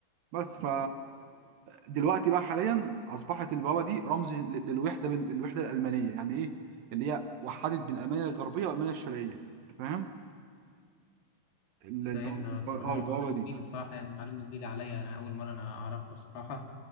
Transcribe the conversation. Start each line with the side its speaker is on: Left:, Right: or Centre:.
Right: بس ف دلوقتي بقى حاليا اصبحت البوابه دي رمز لل- للوحده بين الوحده الالمانيه يعني ايه اللي هي وحدت بين المانيا الغربيه والمانيا الشرقيه انت فاهم ال- البوابه
Left: فاهم ده
Right: الب-
Left: طب الموضوع
Right: اه البوابه
Left: ده
Right: دي
Left: جميل الصراحة يعني معلومة جديدة عليا أنا أول مرة أنا أعرفها الصراحة